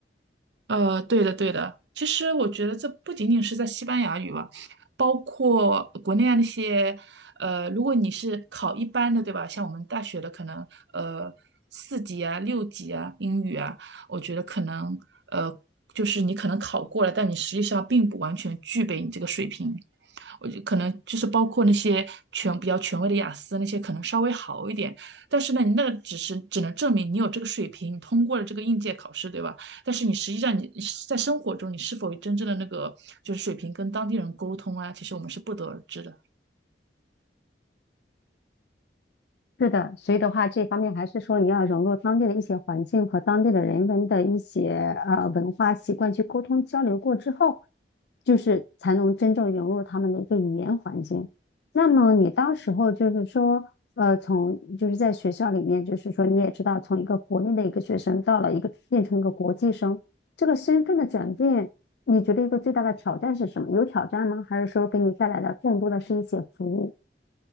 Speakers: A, on the right (about 75°); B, on the left (about 65°).
A: 呃，对的，对的。其实我觉得这不仅仅是在西班牙语吧，包括国内啊那些，呃，如果你是考一般的，对吧？像我们大学的可能，呃，四级啊、六级啊、英语啊，我觉得可能，呃，就是你可能考过了，但你实际上并不完全具备你这个水平。我就可能就是包括那些权比较权威的雅思那些可能稍微好一点，但是呢，你那个只是只能证明你有这个水平，你通过了这个应届考试，对吧？但是你实际上你在生活中你是否真正的那个就是水平跟当地人沟通啊，其实我们是不得而知的。
B: 是的，所以的话，这方面还是说你要融入当地的一些环境和当地的人文的一些呃文化习惯去沟通交流过之后，就是才能真正融入他们的一个语言环境。那么你当时候就是说，呃，从就是在学校里面，就是说你也知道，从一个国内的一个学生到了一个变成一个国际生，这个身份的转变，你觉得一个最大的挑战是什么？有挑战吗？还是说给你带来的更多的是一些福利？